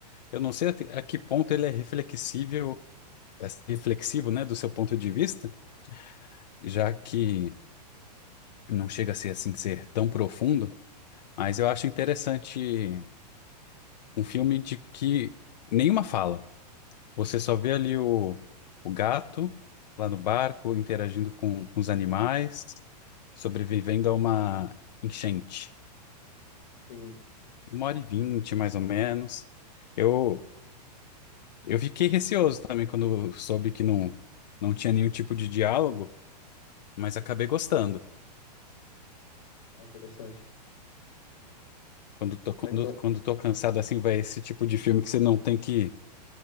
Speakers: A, on the left (about 85°); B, on the left (about 50°).
A: Eu não sei até- a que ponto ele é reflexível, é reflexivo, né, do seu ponto de vista, já que não chega a ser assim ser tão profundo, mas eu acho interessante um filme de que nenhuma fala. Você só vê ali o, o gato lá no barco interagindo com, com os animais, sobrevivendo a uma enchente.
B: Sim.
A: Uma hora e vinte, mais ou menos. Eu Eu fiquei receoso também quando soube que não, não tinha nenhum tipo de diálogo, mas acabei gostando.
B: Ah, interessante.
A: Quando tô, quando,
B: Mas então,
A: quando tô cansado assim, vai esse tipo de filme que você não tem que